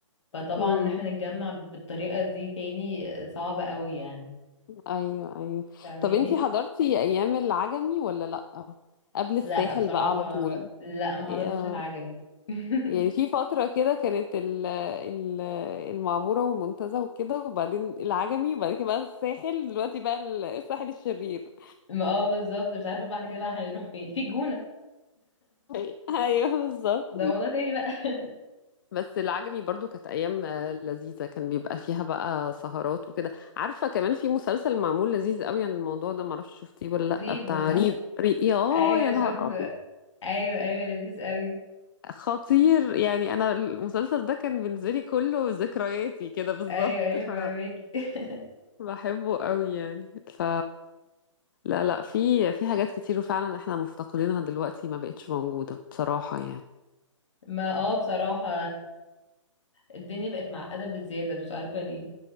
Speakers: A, on the left (about 65°); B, on the left (about 40°).
A: فطبعا
B: امم
A: ان احنا نتجمع بالطريقة دي تاني آه، صعبة قوي يعني
B: ايوه ايوه
A: فاهماني
B: طب انتي حضرتي ايام العجمي ولا لأ قبل الساحل
A: لا بصراحة
B: بقى على طول
A: لا ما
B: إيه،
A: حضرتش
B: آه.
A: العجمي <laughs>
B: يعني في فترة كده كانت ال ال المعمورة والمنتزه وكده وبعدين العجمي وبعد كده بقى الساحل دلوقتي بقى ال- الساحل الشرير
A: ما اه بالظبط مش عارفة بعد كده بقى هنروح فين في الجونة
B: أي- <laughs> ايوه بالظبط
A: ده والله تاني بقى
B: بس العجمي برضو كانت ايام آه، لذيذة كان بيبقى فيها بقى سهرات وكده عارفة كمان في مسلسل معمول لذيذ قوي عن الموضوع ده معرفش شفتيه ولا
A: <laughs> ريفو
B: لا بتاع
A: صح
B: ريف ريف يا
A: ايوه
B: يا نهار
A: شفت
B: ابيض
A: ايوه ايوه لذيذ قوي
B: خطير يعني انا المسلسل ده كان بالنسبة لي كله ذكرياتي كده بالظبط
A: ايوه ايوه
B: ف...
A: فاهمك <laughs>
B: بحبه قوي يعني ف لا لا في في حاجات كتير وفعلا احنا مفتقدينها دلوقتي ما بقتش موجودة بصراحة يعني
A: ما اه بصراحة الدنيا بقت معقدة بزيادة مش عارفة ليه